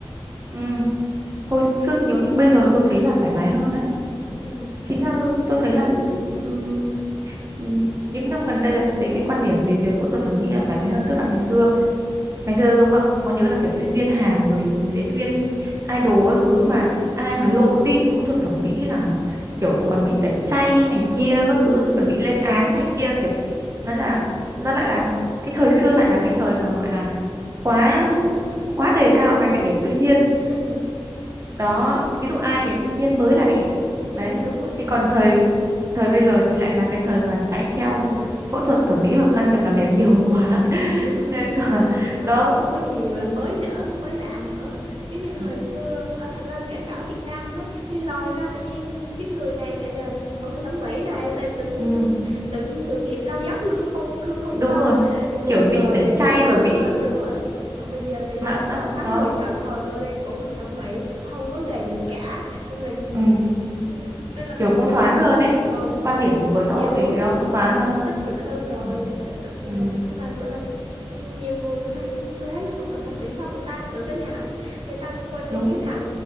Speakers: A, on the right (about 35°); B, on the right (about 75°).
A: ừ. hồi xưa thì nhiều nhưng bây giờ tôi thấy là thoải mái hơn đấy
B: ừ
A: chính ra tôi thấy là ừ, ừ, những năm gần đây là tôi thấy cái quan điểm về việc phẫu thuật thẩm mỹ là thoải mái hơn tức là ngày xưa ngày xưa giống mà có nhớ là kiểu diễn viên Hàn rồi diễn viên idol các thứ
B: ừ
A: mà ai mà lộ tin phẫu thuật thẩm mỹ là kiểu còn bị tẩy chay này kia
B: đúng rồi
A: các
B: đúng
A: thứ
B: rồi
A: rồi còn bị
B: đúng
A: lên
B: rồi
A: án này kia kiểu nó là nó lại làm cái thời xưa lại là cái thời mà gọi là quá quá đề cao cái vẻ đẹp tự nhiên
B: ừ
A: đó ví dụ ai đẹp tự nhiên mới là đẹp
B: Ừ,
A: đấy
B: đúng rồi,
A: thì
B: đúng
A: còn
B: rồi.
A: thời thời bây giờ thì lại là cái thời mà chạy theo phẫu thuật thẩm mỹ hoặc can thiệp
B: <laughs>
A: làm đẹp nhiều quá
B: Đúng rồi,
A: <laughs>
B: đúng rồi.
A: nên là
B: Là cũng nó
A: đó
B: cũng không có gì gọi là mới nữa, mới lạ nữa. Giống như là
A: ừ,
B: hồi xưa, à, thật ra kể cả ở Việt Nam luôn ấy, thì lòi ra tự nhiên cái người này lại là phẫu thuật thẩm mỹ này, là tự nhiên
A: ừ,
B: tự nhiên sự nghiệp lao dốc luôn, <laughs> không không không
A: đúng
B: phanh.
A: rồi
B: Còn bây
A: kiểu
B: giờ
A: bị tẩy
B: thì người
A: chay
B: ta
A: rồi
B: ờ
A: bị
B: đúng rồi. Còn bây giờ người ta
A: mạng
B: là
A: xã
B: thẳng
A: hội
B: thắn
A: nó
B: thừa nhận ờ tôi đang phẫu thuật thẩm mỹ không vấn đề gì cả nên là
A: ừ,
B: Cứ- nên là mọi
A: kiểu
B: người
A: cũng thoáng
B: cũng
A: hơn đấy
B: ờ
A: quan điểm
B: chiều hướng
A: của xã hội
B: chiều hướng
A: về cái
B: cũng
A: đó
B: gọi
A: cũng
B: là
A: thoáng hơn
B: tích cực hơn rồi
A: ừ,
B: tích cực hơn
A: ừ,
B: rồi nhưng mà gọi là nhiều người người ta thân tôi thấy là phẫu thuật thẩm mỹ xong người ta tự tin hẳn người ta cũng gọi là
A: đúng
B: như nào